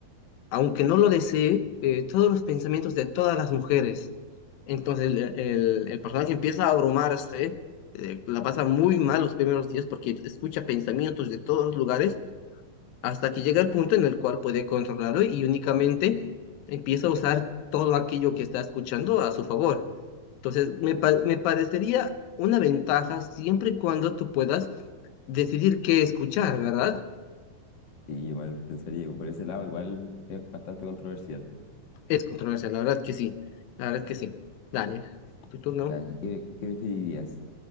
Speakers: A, on the left; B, on the left.
A: aunque no lo desee, eh, todos los pensamientos de todas las mujeres. Entonces el, el- el personaje empieza a abrumarse, eh, la pasa muy mal los primeros días porque escucha pensamientos de todos los lugares hasta que llega el punto en el cual puede controlarlo y únicamente empieza a usar todo aquello que está escuchando a su favor. Entonces, me, pa- me parecería una ventaja siempre y cuando tú puedas decidir qué escuchar, ¿verdad?
B: Y igual pensaría, por ese lado, igual es bastante controversial.
A: Es controversia, la verdad que sí, la verdad que sí. Dale, tu turno.
B: Así que, ¿qué preferirías?